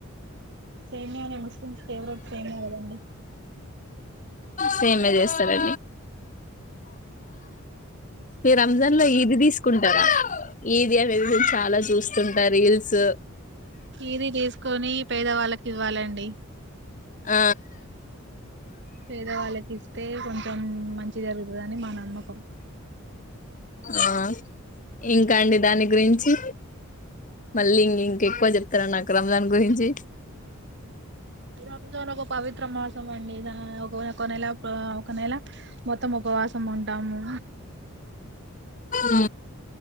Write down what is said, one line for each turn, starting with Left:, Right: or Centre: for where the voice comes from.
Right: సేమియానే ముస్లిమ్స్ ఫేవరెట్ సైమియా కదండి.
Left: సేమియా చేస్తా ర మీరు రంజాన్ లో ఈది తీసుకుంటారా ఈది అనేది నేను చాలా చూస్తుంటా రీల్స్
Right: ఇది తీసుకొని పేదవాళ్ళకి ఇవ్వాలండి
Left: ఆ
Right: పేద వాళ్ళకి ఇస్తే కొంచెం మంచి జరుగుతదని మా నమ్మకం.
Left: ఆ ఇంక అండి దాని గురించి మళ్ళీ ఇంకెక్కువ చెప్తార నాకు రంజాన్ గురించి
Right: రంజన్ ఒక పవిత్ర మాసం అండి దా ఒక ఒక నెల ఒక నెల మొత్తం ఉపవాసం ఉంటాము.
Left: ఊ